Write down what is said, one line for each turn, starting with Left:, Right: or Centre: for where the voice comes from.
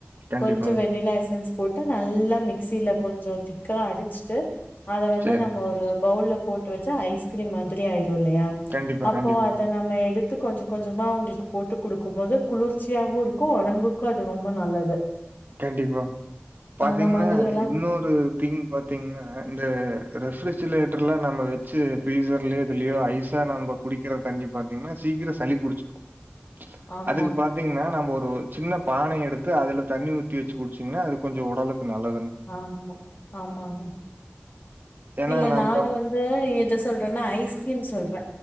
Right: கண்டிப்பாங்க.
Left: கொஞ்ச வெண்ணிலா எசன்ஸ் போட்டு நல்ல மிக்சியில கொஞ்ச திக்கா அடிச்சுட்டு அத வந்து
Right: சரி.
Left: நம்ம ஒரு பவுல்ல போட்டு வச் சு ஐஸ்கிரீம் மாதிரி ஆயிரு இல்லையா
Right: கண்டிப்பா,
Left: அப்போ
Right: கண்டிப்பா,
Left: அத நம்ம எடுத்து கொஞ்ச கொஞ்சமா அவங்களுக்கு போட்டு குடுக்கும் போது குளிர்ச்சியாவு இருக்கு ஒடம்புக் கு அது ரொம்ப நல்லது
Right: கண்டிப்பா பாத்தீங்கன்னா
Left: அந்த மாதிரி எல்லா
Right: இன்னொரு ஒரு திங் பாத்தீங்கன்னா இந்த ரெஃப்ரிஜிரேட்டர்லா நம்ம வச்சு ஃப்ரீசர்லயோ இதுலயோ ஐசா நம்ம குடிக்கிற தண்ணி பாத்தீங்கன்னா சீக்கிர சளி புடிச்சுக்கு
Left: ஆமா
Right: அதுக்கு பாத்தீங்கன்னா நம்ம ஒரு ஒரு சின்ன பானை எடுத்து அதுல தண்ணி ஊத் தி வச்சு குடிச்சீங்கன்னா அது கொஞ்ச உடலுக்கு நல்லதுங்க
Left: ஆமா ஆமாங்க
Right: ஏன்னா
Left: இல்ல
Right: நம்ப
Left: நானு வந் து எத சொல்றேன்னா ஐஸ்கிரீம் சொல்றே